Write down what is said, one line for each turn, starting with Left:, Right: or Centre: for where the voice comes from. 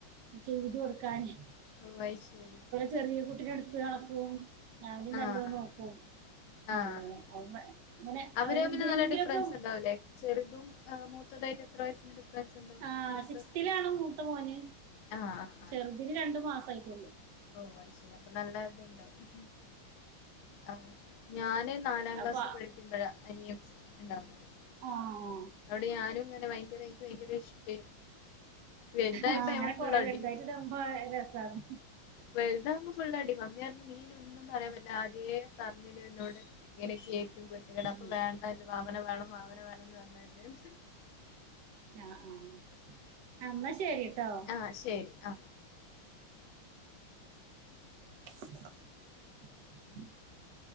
Right: ചെയ്ത് കൊടുക്കാനെയ്
Left: ഓഹ് വൈ ശെരി
Right: ചെറിയ കുട്ടിനെ ഇട്ത്ത് നടക്കും അവനി
Left: ആഹ്
Right: നല്ലോ നോക്കും
Left: ആഹ്
Right: അങ്ങനെ <unintelligible>
Left: അവര്
Right: അവനെന്തിലെങ്കിലൊക്കെ
Left: തമ്മില് നല്ല ഡിഫറൻസ് ഉണ്ടാവുംല്ലേ ചെറുതും മൂത്തതായിട്ട് എത്ര വയസ് ഡിഫെറെൻസ്ണ്ടോ
Right: ആഹ്
Left: മൂത്ത
Right: സിക്സ്ത്തിലാണ് മൂത്ത മോന്
Left: ആഹ് <unintelligible>
Right: ചെറ്തിന് രണ്ട് മാസായിട്ടൊള്ളു
Left: ഓഹ് അത് ശെരി അപ്പൊ നല്ല ഇതുണ്ടാവും ആഹ് ഞാന് നാലാം
Right: അപ്പൊ
Left: ക്ലാസ് പഠിക്കുമ്പഴാ അനിയൻ ഉണ്ടാവ്ന്നത്
Right: ആഹ്
Left: അതോണ്ട് ഞാനും ഇങ്ങനെ ഭയങ്കര എനിക്ക് ഭയങ്കര ഇഷ്ട്ടേ വൽതായപ്പം
Right: ആഹ് അങ്ങനെ
Left: നമ്മൾ ഫുള്ള്
Right: കൊറെ
Left: അടി
Right: വലുതായിട്ട് ഇടുമ്പോ രസാണ്
Left: വൽതാകുമ്പം ഫുള്ള് അടി മമ്മി പറഞ് നീയിനി ഒന്നും പറയാൻ പറ്റില്ല ആദ്യേ പറ്ഞ്ഞിലേ നിന്നോട് ഇങ്ങനെയൊക്കെയിരിക്കും കുര് തകേട് അപ്പം
Right: ഉം
Left: വേണ്ട ഇജ് വാവനെ വേണം വാവനെ വേണം ന്ന് പറഞ്ഞ ല്ലേന്ന്
Right: ആഹ് ആഹ് എന്നാ ശരി ട്ടോ
Left: ആഹ് ശരി ആഹ്
Right: <inaudible>